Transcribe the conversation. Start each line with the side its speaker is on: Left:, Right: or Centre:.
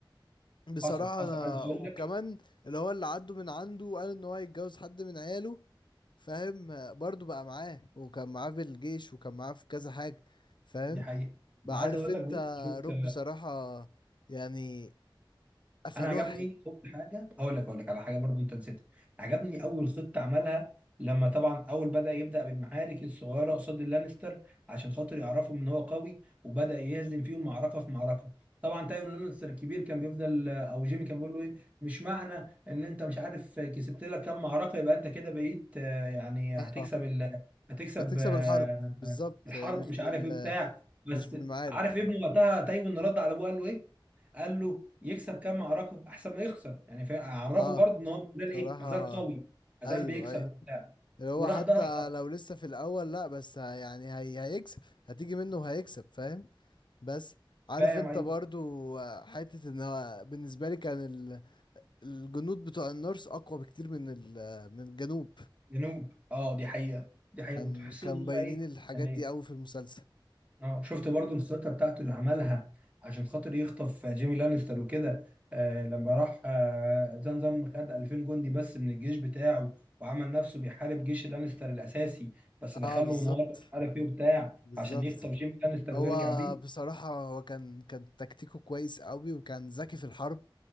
Left: بصراحة
Right: حصل حصل
Left: أنا
Right: عايز اقول
Left: وكمان
Right: لك
Left: اللي هو اللي عدوا من عنده قال إن هو هيتجوز حد من عياله فاهم برضو بقى معاه وكان معاه في الجيش وكان معاه في كذا حاجة فاهم
Right: دي حقيقه ده
Left: بقى
Right: عايز
Left: عارف
Right: اقول
Left: أنت
Right: لك بص، شفت
Left: روب بصراحة يعني قفلوها
Right: انا عجبني
Left: حلو
Right: اول حاجه هقول لك هقول لك على حاجه برضو انت نسيتها عجبني اول خطه عملها لما طبعا اول بدا يبدا بالمعارك الصغيره قصاد اللانستر عشان خاطر يعرفوا ان هو قوي وبدا يهزم فيهم معركه في معركه طبعا تايون لانستر الكبير كان بيفضل او جيمي كان بيقول له ايه مش معنى ان انت مش عارف كسبت لك كام معركه يبقى انت كده بقيت آه، يعني هتكسب
Left: اه
Right: ال... هتكسب
Left: لا تكسب
Right: آه،
Left: الحرب بالظبط
Right: الحرب
Left: هي مش
Right: ومش
Left: بال
Right: عارف ايه بتاع بس
Left: مش بالمعارك
Right: عارف ابنه وقتها تايون رد على ابوه قال له ايه قال له يكسب كام معركه احسن ما يخسر يعني فا- عرفه
Left: اه
Right: برضه ان هو مازال
Left: صراحة
Right: ايه مازال قوي مازال
Left: أيوه
Right: بيكسب
Left: أيوه
Right: وبتاع
Left: اللي هو
Right: وراح
Left: حتى
Right: ده حق.
Left: لو لسه في الأول لأ بس ه- يعني هي... هيكسب هتيجي منه وهيكسب فاهم بس عارف
Right: فاهم
Left: انت
Right: ايوه
Left: برضو آه، حتة ان هو بالنسبة لي كان ال- الجنود بتوع النورس اقوى بكتير من ال- من الجنوب
Right: جنوب اه دي حقيقه دي حقيقه
Left: كان
Right: كنت بحس
Left: كانوا
Right: ان
Left: مبينين
Right: هم ايه
Left: الحاجات
Right: يعني
Left: دي قوي في المسلسل
Right: اه شفت برضه الخطه بتاعته اللي عملها عشان خاطر يخطف جيمي لانستر وكده آه لما راح آه زنزم خد 2000 جندي بس من الجيش بتاعه وعمل نفسه بيحارب جيش لانستر الاساسي بس
Left: اه
Right: دخله
Left: بالظبط
Right: من ورا مش عارف ايه وبتاع
Left: بالظبط
Right: عشان يخطف جيمي لانستر
Left: هو
Right: ويرجع بيه
Left: بصراحة هو كان كان تكتيكه كويس قوي وكان ذكي في الحرب